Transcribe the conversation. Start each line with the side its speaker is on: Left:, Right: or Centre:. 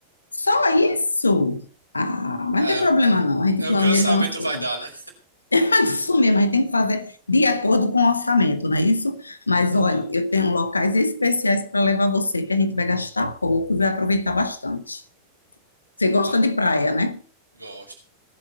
Left: Só isso? Ah, mas
Right: É,
Left: não tem problema
Right: o,
Left: não. A gente
Right: é
Left: planeja
Right: o que o orçamento
Left: umas coisas.
Right: vai dar, né?
Left: Mas isso mesmo, a gente tem que fazer de acordo com o orçamento, não é isso? Mas
Right: Aham.
Left: olha, eu tenho locais especiais para levar você, que a gente vai gastar pouco e vai aproveitar bastante. Você gosta
Right: Ah,
Left: de praia, né?
Right: gosto. <laughs>